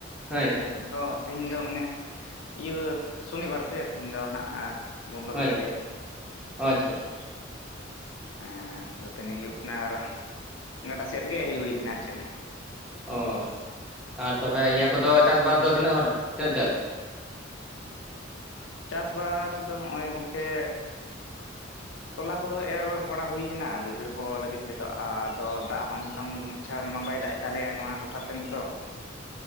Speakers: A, in the centre; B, on the left (about 75°).
A: ᱦᱳᱭ
B: ᱟᱹᱞᱤᱧ ᱦᱚᱸ ᱛᱮᱦᱮᱧ ᱫᱚ ᱢᱟᱱᱮ ᱤᱭᱟᱹ ᱥᱚᱱᱤᱵᱟᱨ ᱥᱮ ᱛᱮᱦᱮᱱ ᱫᱚ ᱱᱟᱜ ᱵᱚᱱᱫᱚ
A: ᱦᱳᱭ
B: ᱜᱮᱛᱟᱞᱮᱭᱟ
A: ᱟᱪᱪᱷᱟ ᱟᱪᱪᱷᱟ
B: ᱦᱮᱸ ᱫᱟᱹᱛᱟᱹᱱᱤ ᱦᱩᱭᱩᱜ ᱠᱟᱱᱟ ᱟᱨᱚ ᱜᱟᱰᱟ ᱥᱮᱜ ᱨᱮᱜᱮ ᱦᱮᱡ ᱦᱩᱭ ᱠᱟᱱᱟ ᱟᱨ ᱪᱮᱫ
A: ᱚ ᱟᱨ ᱛᱚᱵᱮ ᱤᱭᱟᱹ ᱠᱚᱫᱚ
B: ᱦᱩᱸ
A: ᱪᱟᱥᱵᱟᱥ ᱫᱚ ᱛᱤᱱᱟᱹᱜ ᱦᱚᱨ ᱨᱮ ᱛᱤᱱᱟᱹᱜ ᱡᱷᱟᱹᱞ
B: ᱪᱟᱥᱵᱟᱥ ᱫᱚ ᱱᱚᱜᱼᱚᱭ ᱜᱚᱝᱠᱮ ᱛᱚᱞᱟ ᱠᱚᱫᱚ ᱮᱨ ᱵᱟᱲᱟ ᱦᱩᱭ ᱠᱟᱱᱟ ᱵᱟᱹᱭᱦᱟᱹᱲ ᱠᱚ ᱞᱟᱹᱜᱤᱫ ᱛᱮᱫᱚ ᱟᱫᱚ ᱫᱟᱜ ᱦᱚᱸ ᱚᱱᱠᱟ ᱢᱚ <unintelligible> ᱫᱚ ᱢᱟ ᱵᱟᱭ ᱫᱟᱜ ᱮᱫ ᱛᱟᱞᱮᱭᱟ ᱱᱚᱣᱟ ᱴᱚᱴᱷᱟ ᱥᱮᱱ ᱫᱚ